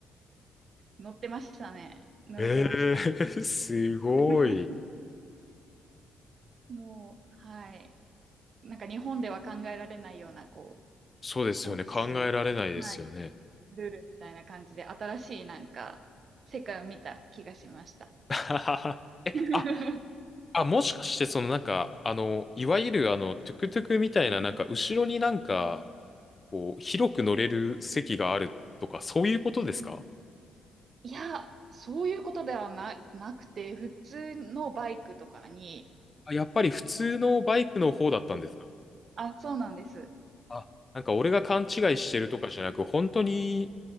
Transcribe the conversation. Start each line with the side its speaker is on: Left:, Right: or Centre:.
Right: 乗ってましたね。乗れてました。
Left: ええー <laughs> すごい。
Right: <laughs> もう、はい。なんか日本では考えられないような、こ
Left: そうですよね。
Right: う、交通の、
Left: 考えられないですよね。
Right: はい、ルールみたいな感じで、新しいなんか、世界を見た気がしました。
Left: <laughs> え、
Right: <laughs>
Left: あ、あ、もしかして、そのなんか、あの、いわゆるあの、トゥクトゥクみたいな、なんか、後ろになんか、こう、広く乗れる席があるとか、そういうことですか
Right: いや、そういうことではな、なくて、普通のバイクとかに、
Left: あ、やっぱり普通のバイクの方だったんですか
Right: はいあ、そうなんです。
Left: あ、なんか俺が勘違いしてるとかじゃなく、本当に